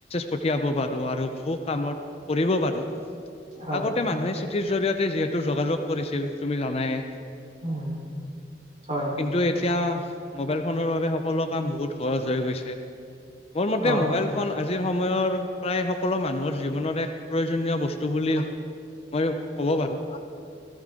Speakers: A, on the left; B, on the right.
A: পঠিয়াব পাৰো আৰু বহু কামত কৰিব পাৰো
B: হয়
A: আগতে মানুহে চিথ জৰিয়তে যিহেতু যোগাযোগ কৰিছিল, তুমি জানায়ে।
B: উম' হয়।
A: কিন্তু এতিয়া মোবাইল ফোনৰ বাবে সকলো কাম বহুত সহজ হৈ গৈছে। মোৰ মতে
B: অ',
A: মোবাইল ফোন আজি আজিৰ সময়ৰ প্ৰায় সকলো মানুহৰ জীৱনৰ এক প্ৰয়োজনীয় বস্তু বুলি মইয়ো ক'ব পাৰো।